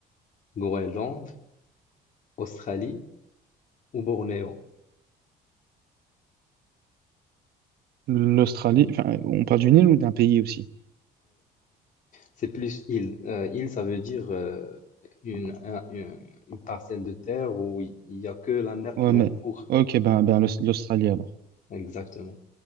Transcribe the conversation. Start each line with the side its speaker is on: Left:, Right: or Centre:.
Left: Groenland, Australie ou Bornéo?
Right: L'Australie,
Left: Mmh,
Right: enfin, on parle d'une île ou d'un pays aussi?
Left: C'est plus île. Euh, île, ça veut dire euh, une, un- une- une parcelle de terre où il n'y a que la mer
Right: Ouais,
Left: qui l'entoure.
Right: mais. Ok, ben, ben l'Aus- l'Australie alors.
Left: Exactement.